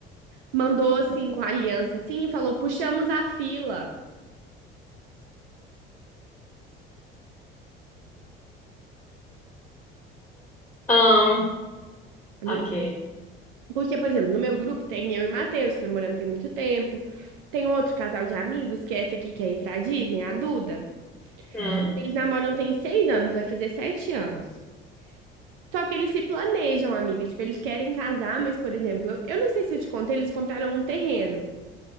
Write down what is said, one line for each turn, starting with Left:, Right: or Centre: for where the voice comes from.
Right: mandou assim com a aliança assim e falou: puxamos a fila.
Centre: Ah, ahn,
Right: A mim.
Centre: ok.
Right: Porque, por exemplo, no meu grupo tem eu e Matheus, que namoramos tem muito tempo. Tem outro casal de amigos, que é essa aqui que quer ir pra Disney, a Duda.
Centre: hum,
Right: Eles namoram tem seis anos, vai fazer sete anos. Só que eles se planejam, amiga. Tipo, eles querem casar, mas, por exemplo, eu, eu não sei se eu te contei, eles compraram um terreno.